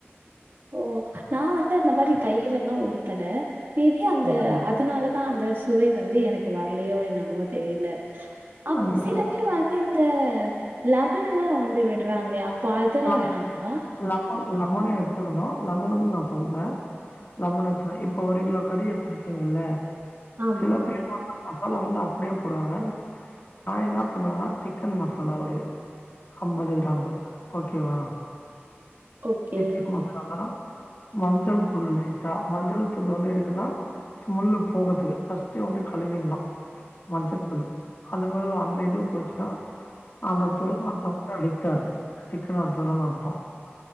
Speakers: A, on the right; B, on the left.
A: ஓ நா வந்து அந்த மாரி தயிரெல்லா ஊத்தல மே பி அந்த
B: ம்.
A: அதனாலத் அதனால தா அந்த சுவை வந்து எனக்கு வரலியோ என்னமோ தெரியல ‌அப்
B: அந்த மாரி
A: சிலப்
B: ஒரு
A: சரி வந்து இந்த லெமன்ல்லா வந்து விட்றாங்களோ அப்போ அதெல்லா
B: ல
A: வேணாங்களா
B: லெமன் லெமனூ எடுத்துக்கணோ லெமனுக்கு நா சொல்றேன் லெமன் எடுத்து இப்ப ஒரு கிலோ கறி எடுத்துருக்கீங்கில்ல
A: ஆமா
B: சில பேர் வந்து மசாலா வந்து அப்படியே போடுவாங்க நா என்ன பண்ணுவனா சிக்கன் மசாலா ஒரு அம்பது கிராமு ஓகேவா
A: ஓகே.
B: சிக்கன் மசாலா மஞ்சள் துள் லைட்டா மஞ்சள் தூள் வந்து எதுக்குன்னா ஸ்மல் போகறதுக்கு ஃபஸ்டே வந்து கழுவிட்ணோ மஞ்சள் தூள் அந்த மாரி அந்த இது போச்சுன்னா அந்த துர்நாத்தோ கூட அடிக்காது சிக்கனோட துர்நாத்தோ